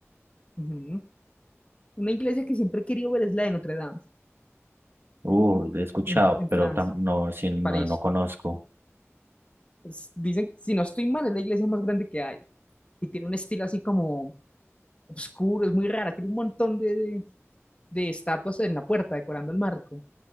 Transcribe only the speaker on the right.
Uh, he escuchado,
pero
tam- no, sí, no,
no conozco.